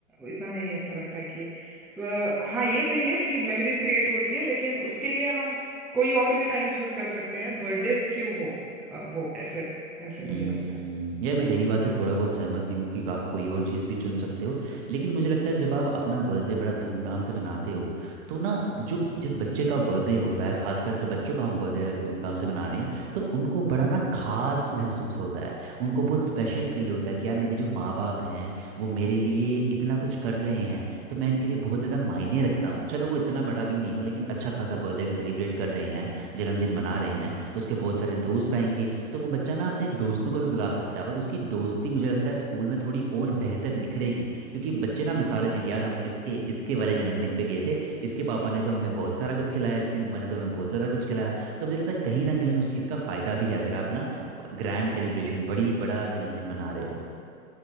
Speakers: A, in the centre; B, on the right (about 45°).
A: इतना नहीं अच्छा लगता है कि अ, हाँ ये सही है कि मेमोरीज क्रिएट होती है लेकिन उसके लिए हम कोई और भी टाइम चूज कर सकते हैं बर्थडेज क्यों हो अ, वो ऐसे ऐसे
B: हम्म,
A: मुझे लगता है
B: यार मैं तेरी बात से थोड़ा बहुत सहमत भी हूँ कि आप कोई और चीज़ भी चुन सकते हो लेकिन मुझे लगता है जब आप अपना बर्थडे बड़ा धूमधाम से मनाते हो तो ना जो जिस बच्चे का बर्थडे होता है खास करके बच्चों का हम बर्थडे धूमधाम से मना रहे हैं तो उनको बड़ा ना खास महसूस होता है उनको बहुत स्पेशल फील होता है कि यार मेरे जो माँ बाप हैं वो मेरे लिए इतना कुछ कर रहे हैं तो मैं इनके लिए बहुत ज़्यादा मायने रखता हूँ चलो वो इतना बड़ा भी नहीं हो लेकिन अच्छा खासा बर्थडे सेलिब्रेट कर रहे हैं जन्मदिन मना रहे हैं तो उसके बहुत सारे दोस्त आएंगे तो वो बच्चा ना अपने दोस्तों को भी बुला सकता है और उसकी दोस्ती मुझे लगता है स्कूल में थोड़ी और बेहतर निखरेगी क्योंकि बच्चे ना मिसालें देंगे यार हम इसके इसके वाले जन्मदिन पे गए थे इसके पापा ने तो हमें बहुत सारा कुछ खिलाया इसकी मम्मा ने तो हमें बहुत ज़्यादा कुछ खिलाया तो मुझे लगता है कहीं ना कहीं उस चीज़ का फ़ायदा भी है अगर आप ना ग्रैंड सेलिब्रेशन बड़ी बड़ा जन्मदिन मना रहे हो